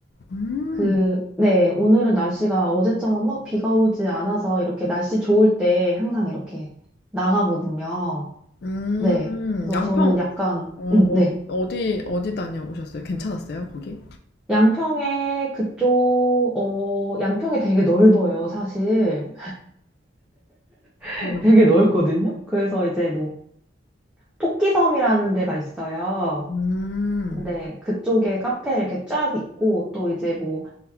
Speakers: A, on the left; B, in the centre.
A: 음,
B: 그, 네, 오늘은 날씨가 어제처럼 막 비가 오지 않아서 이렇게 날씨 좋을 때 항상 이렇게 나가거든요.
A: 음,
B: 네. 그래서
A: 양평,
B: 저는 약간,
A: 어,
B: 음,
A: 어,
B: 네.
A: 어디, 어디 다녀오셨어요? 괜찮았어요, 거기?
B: 양평에 그쪽, 어, 양평이 되게 넓어요, 사실. <laughs>
A: 그죠?
B: 되게 넓거든요. 그래서 이제 뭐, 토끼섬이라는 데가 있어요.
A: 음,
B: 네, 그쪽에 카페 이렇게 쫙 있고, 또 이제 뭐,